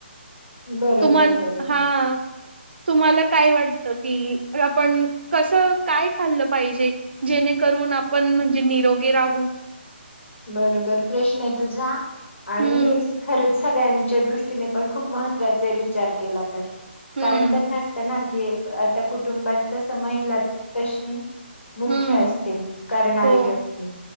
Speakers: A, on the left; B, on the right.
A: बरोबर
B: तुम्हाला
A: आहे, बरोबर
B: हा तुम्हाला काय वाटत की आपण कसं काय खाल्लं पाहिजे जेणेकरून आपण म्हणजे निरोगी राहू यथधदफचथज्ञस
A: बरोबर प्रश्न आहे तुझा आणि
B: हम्म
A: हे खरच सगळ्यांच्या दृष्टीने पण खूप महत्त्वाचे विचार केला तर
B: हम्म,
A: कारण कसं असतं ना की आता कुटुंबात कस महिला तशी मुख्य
B: हम्म,
A: असते करणारी
B: हो,
A: व्यक्ती